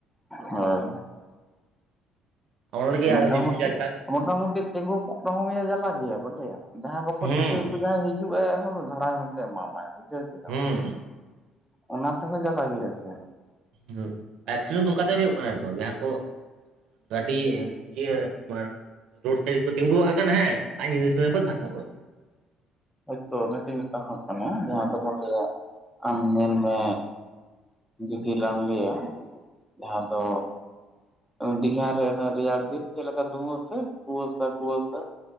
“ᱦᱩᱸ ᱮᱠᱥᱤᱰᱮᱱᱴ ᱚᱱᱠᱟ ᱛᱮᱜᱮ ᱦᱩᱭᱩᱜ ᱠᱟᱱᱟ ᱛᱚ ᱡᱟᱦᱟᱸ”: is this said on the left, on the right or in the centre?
Right